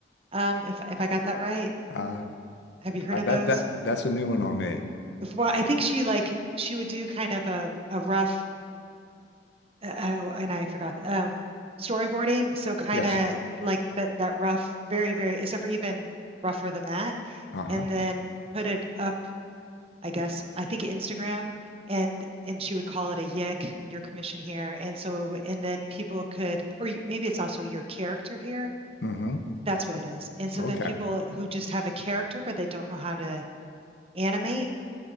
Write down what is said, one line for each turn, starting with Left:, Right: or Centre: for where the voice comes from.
Right: Um, if, if I got that right,
Left: Uh,
Right: have you heard
Left: I,
Right: of
Left: that
Right: those?
Left: that that's a new one on me.
Right: Well, I think she like, she would do kind of a, a rough uh, oh, and I forgot. Um, storyboarding. So kind
Left: Yes.
Right: of like that that rough, very, very, except for even rougher than that,
Left: Uh-huh.
Right: and then put it up. I guess I think Instagram, and and she would call it a yick, your commission here, and so it would- and then people could, or you- maybe it's also your character here.
Left: Mm-hmm.
Right: That's what it is. And so
Left: Okay.
Right: then people who just have a character but they don't know how to animate,